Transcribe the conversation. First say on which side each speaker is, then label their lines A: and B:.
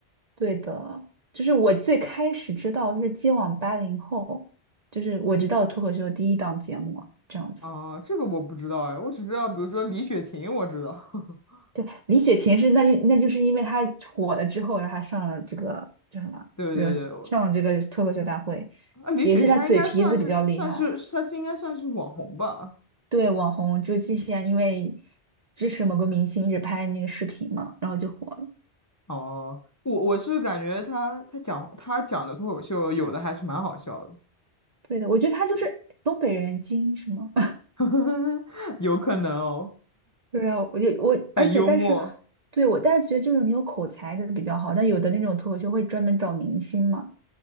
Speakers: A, on the right (about 45°); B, on the left (about 20°).
A: 对的，就是我最开始知道就是今晚八零后，就是我知道脱口秀第一档节目啊这样子。
B: 啊，这个我不知道哎，我只知道比如说李雪琴，我知道，<laughs>
A: 对，李雪琴是那是那就是因为她火了之后，然后她上了这个叫什么，
B: 对对对，
A: 热上了这个脱口秀大会，
B: 我啊李雪琴她应该算是算是她是应该算是网红吧？
A: 也是她嘴皮子比较厉害。对，网红就是之前因为支持某个明星一直拍那个视频嘛，然后就火了。
B: 哦、我我是感觉她她讲她讲的脱口秀有的还是蛮好笑的，
A: 对的，我觉得他就是东北人精英是吗？
B: <laughs> 有可能哦，
A: <laughs> 对啊，我就我，
B: 很幽默
A: 而且但是，对我但是觉得就是你有口才的比较好，但有的那种脱口秀会专门找明星嘛，